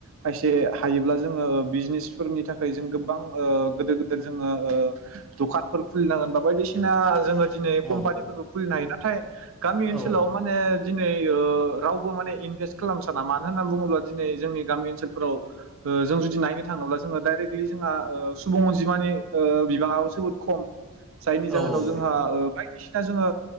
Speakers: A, on the right; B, in the centre.
A: फायसे हायोब्ला जोङो बिजनेसफोरनि था जों गोबां ओ गोदोर गोदोर जोङो ओ दखानफोर खुलिनांगोन बा बायदिसिना जोङो दिनै
B: औ
A: कम्पानिफोरबो खुलिनो हायो ना? थाय गामि
B: औ
A: ओनसोलाव माने दिनै ओ रावबो माने इनभेस्ट खालामनो साना मानो होनना बुङोब्ला दिनै जोंनि गामि ओनसोलफोराव ओ जों जुदि नायनो थाङोब्ला जोङो दाइरेक्ट जोंहा ओ सुबुं अनजिमानि ओ बिबाङाबो जोबोद खम जायनि
B: औ
A: जाहोनाव जोंहा ओ बायदिसिना जोङो